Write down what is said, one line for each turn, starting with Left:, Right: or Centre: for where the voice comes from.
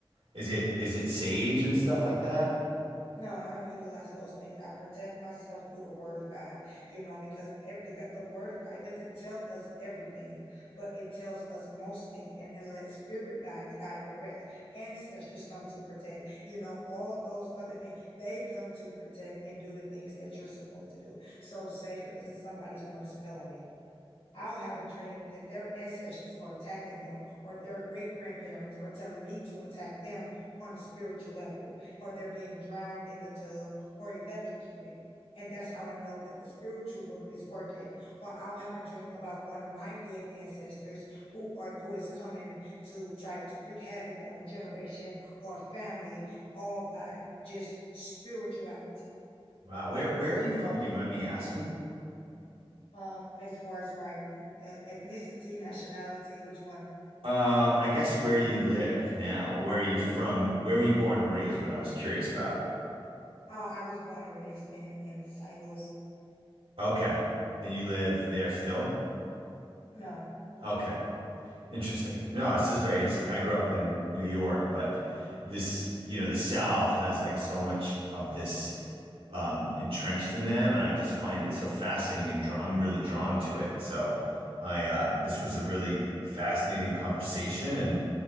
Right: Is it is it sage and stuff like that?
Left: No, I don't utilize those things. I protect myself through the word of God, you know, because every, the, the word of God doesn't tell us everything, but it tells us most things and, and let spirit guides guide the rest. Ancestors come to protect, you know, all those other things, they come to protect and do the things that you're supposed to do. So say, for instance, somebody's doing a spell on me. I'll have a dream that their ancestors are attacking them, or their great grandparents are telling me to attack them on a spiritual level, or they're being drowned in the tub or electrocuted. And that's how I know that the spiritual world is working. Or I'll have a dream about one of my dead ancestors who are who is coming to try to wreak havoc on a generation or a family, all by just spirituality.
Right: Wow. Where where are you from? Do you mind me asking?
Left: Um, as far as right ethnicity, nationality, which one?
Right: Um, I guess where you live now, or where you're from, where were you born and raised, what I was curious about.
Left: Oh, I was born and raised in in St. Louis.
Right: Okay. And you live there still?
Left: No.
Right: Okay. Interesting. No, this is very interesting. I grew up in New York, but this, you know, the South has like so much of this um, entrenched in them, and I just find it so fascinating and draw I'm really drawn to it. So, I uh, this was a really fascinating conversation, and